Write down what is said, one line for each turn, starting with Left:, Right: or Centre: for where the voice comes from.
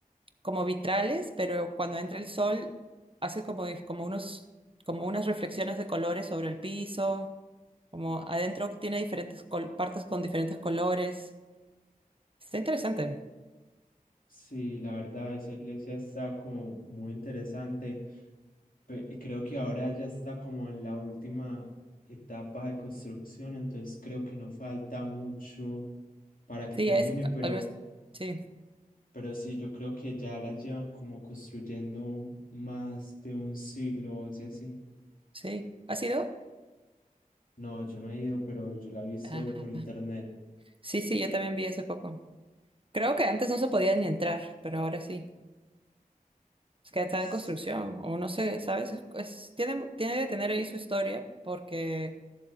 Right: como vitrales, pero cuando entra el sol hace como, como unos, como unas reflexiones de colores sobre el piso, como adentro tiene diferentes col- partes con diferentes colores. Está interesante.
Left: Sí, la verdad, esa iglesia está como muy interesante. pe- y Creo que ahora ya está como en la última etapa de construcción, entonces creo que no falta mucho para que
Right: Sí,
Left: termine,
Right: es
Left: pero...
Right: algo. es- Sí,
Left: Pero sí, yo creo que ya la llevan como construyendo más de un siglo o así así.
Right: sí. ¿Ha sido?
Left: No, yo no he ido, pero yo la he visto
Right: Ah,
Left: por internet.
Right: sí, sí, yo también vi hace poco. Creo que antes no se podía ni entrar, pero ahora sí. Es que está
Left: S-
Right: en construcción, o no sé, ¿sabes? Es, es- tiene, tiene que tener ahí su historia, porque